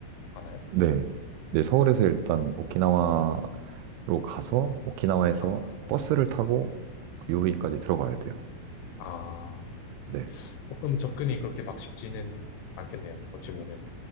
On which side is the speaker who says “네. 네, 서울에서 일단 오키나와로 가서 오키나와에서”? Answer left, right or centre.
Right